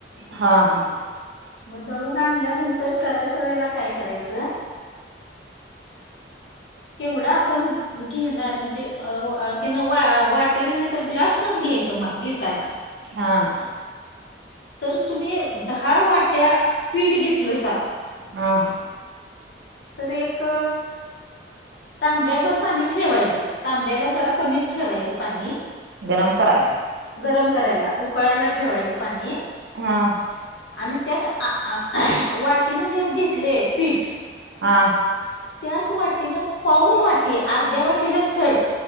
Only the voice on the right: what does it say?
हा हा
हां.
हां.
गरम कराय?
हां.
हां.